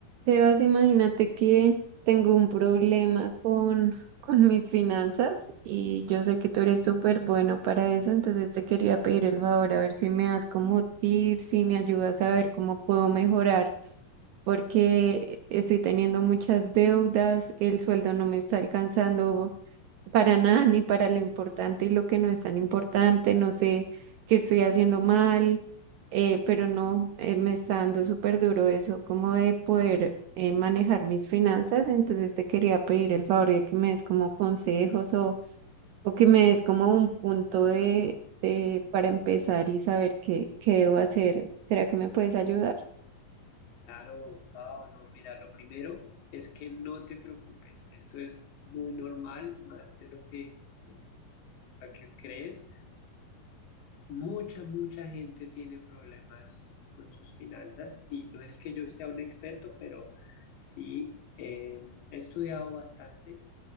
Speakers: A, on the right; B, on the left.
A: Sebas, imagínate que tengo un problema con, con mis finanzas y yo sé que tú eres súper bueno para eso, entonces te quería pedir el favor a ver si me das como tips, si me ayudas a ver cómo puedo mejorar, porque estoy teniendo muchas deudas, el sueldo no me está alcanzando para nada, ni para lo importante y lo que no es tan importante, no sé qué estoy haciendo mal, eh, pero no, eh, me está dando súper duro eso, como de poder eh, manejar mis finanzas, entonces te quería pedir el favor de que me des como consejos o, o que me des como un punto de, de- para empezar y saber qué, qué debo hacer. ¿Será que me puedes ayudar?
B: Claro, Pau, no, mira, lo primero es que no te preocupes, esto es muy normal, más de lo que, lo que crees. Mucha, mucha gente tiene problemas con sus finanzas y no es que yo sea un experto, pero sí eh, he estudiado bastante